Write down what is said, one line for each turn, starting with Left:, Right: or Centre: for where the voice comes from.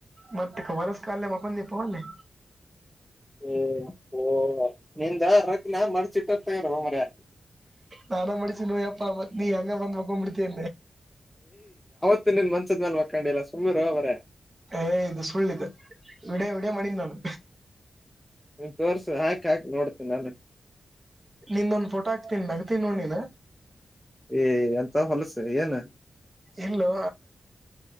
Right: ಮತ್ತೆ ಹೊಲಸ ಕಾಲ ಒಪ್ಪಂದೀಪ ಅಲ್ಲಿ.
Centre: ಹ ಓ ನಿಂದ ರಗ್ನ ಮರ್ಚಿಟ್ಟ ನೊಡೊ ಮಾರಯ್ಯಾ.
Right: ನಾನ ಮಡಸಿನ ನೋಯ್ಯಪ್ಪ ನೀ ಹೆಂಗ ಬಂದ್ ಮಕೊ್ ಬಿಿಡ್ತೇೆ.
Centre: ತು ನಿನ್ ಮಂಚದ ಮೇಲೆ ಮಕ್ಕೂಂಡಿಲ್ಲ ಸುಮ್ಮಿರು ಮಾರಯ್ಯಾ
Right: ಏ ಇದು ಸುಳ್ಳ ಇದು ವಿಡ ವಿಡ ಮಾಡಿನ ನಾನು.
Centre: ತೋರ್ಸು ಹಾಕ ಹಾಕ. <inaudible>
Right: ನಿನ್ನೊಂದ್ ಫೋಟೋ ಹಾಕ್ತೀನಿ ನಗ್ತೀನಿ ನೋಡ ನಿನ.
Centre: ಏ ಎಂತ ಹೊಲಸ ಏನ.
Right: ಇಲ್ಲೋ